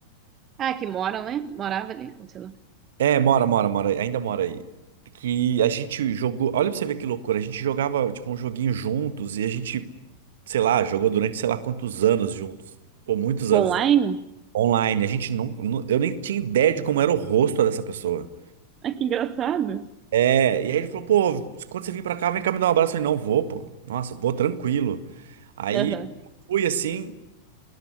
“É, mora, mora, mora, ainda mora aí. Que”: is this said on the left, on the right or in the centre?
Right